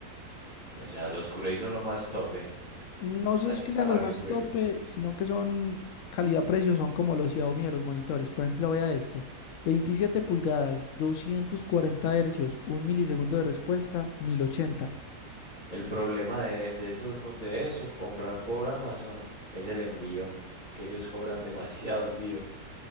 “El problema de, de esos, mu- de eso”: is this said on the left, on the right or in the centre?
Left